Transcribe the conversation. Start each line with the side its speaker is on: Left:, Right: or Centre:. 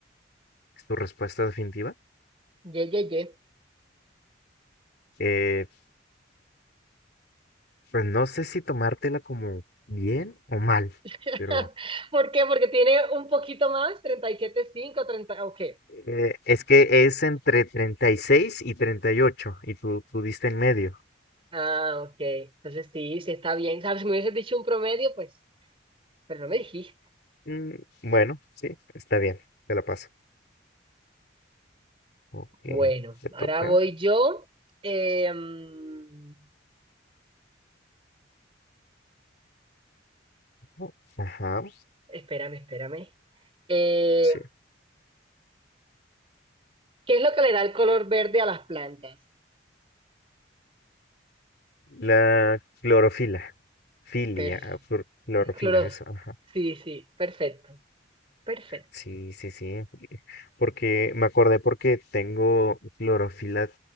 Left: ¿es tu respuesta definitiva?
Right: Ye, ye, ye.
Left: Eh, pues no sé si tomártela como bien o mal,
Right: <laughs>
Left: pero
Right: ¿Por qué? Porque tiene un poquito más. 37,5, 30. Ok.
Left: Eh, es que es entre treinta y 38, y treinta y ocho, y tú, tú diste en medio.
Right: Ah, ok. Entonces sí, sí está bien. ¿Sabes? Si me hubieses dicho un promedio, pues. Pero no me dijiste.
Left: Mm, bueno, sí, está bien, te la paso. Ok,
Right: Bueno,
Left: te toca.
Right: ahora voy yo. Eh, mm,
Left: Oh, Ajá,
Right: espérame, espérame. Eh,
Left: sí.
Right: ¿qué es lo que le da el color verde a las plantas?
Left: La clorofila. Filia,
Right: Per-
Left: ah, clor- clorofila,
Right: cloro-
Left: eso, ajá.
Right: Sí, sí, perfecto, perfecto.
Left: Sí, sí, sí. Porque me acordé porque tengo clorofila